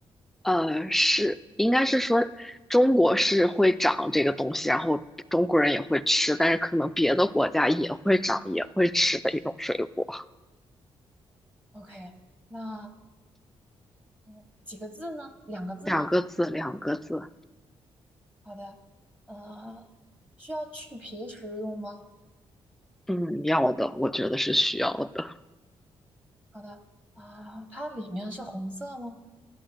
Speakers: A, in the centre; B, on the right (about 15°).
A: 呃，是应该是说中国是会长这个东西，然后中国人也会吃，但是可能别的国家也会长，也会吃的一种水果。
B: ？OK，那嗯，几个字呢？两个字吗？
A: 两个字，两个字，
B: 好的，呃，需要去皮食用吗？
A: 嗯，要的，我觉得是需要的，
B: 好的，啊，它里面是红色吗？